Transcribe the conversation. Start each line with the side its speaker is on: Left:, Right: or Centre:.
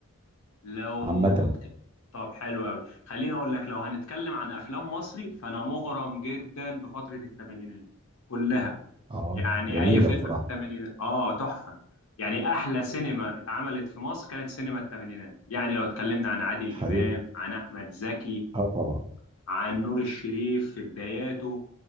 Left: لو
Right: عامة
Left: ت- طب حلو قوي خليني اقول لك لو هنتكلم عن افلام مصري فانا مغرم جدا بفترة الثمانينات كلها
Right: اه
Left: يعني
Right: جميلة
Left: اي فيلم
Right: بصراحة
Left: في الثمانينات اه تحفة يعني احلى سينما اتعملت في مصر كانت سينما الثمانينات يعني لو اتكلمنا عن عادل
Right: حقيقة
Left: امام عن احمد زكي
Right: اه طبعا
Left: عن نور الشريف في بداياته